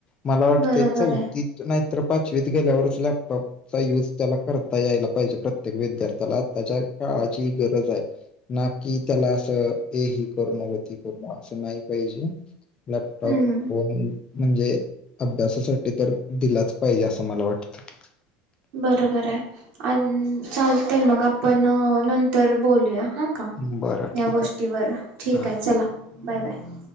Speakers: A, on the left; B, on the right.
A: मला वाटते
B: बरोबर
A: चौथ
B: आहे
A: नाहीत पाचवीत गेल्यावरच लॅपटॉप चा यूज त्याला करता यायला पाहिजे प्रत्येक विद्यार्थ्याला आ त्याच्या काळाची गरज आहे ना कि त्याला असं ए ह करण गती करण असं नाही पाहिजे टॉप
B: हम्म
A: वन म्हणजे अभ्यासासाठी तर दिलाच पाहिजे असं मला वाटतं
B: बरोबर आहे आणि चालते मग आपण नंतर बोलूया हा का
A: वाटतं बरं
B: या
A: ठीक
B: गोष्टीवर
A: आहे
B: ठीक
A: हा
B: आहे चला बाय बाय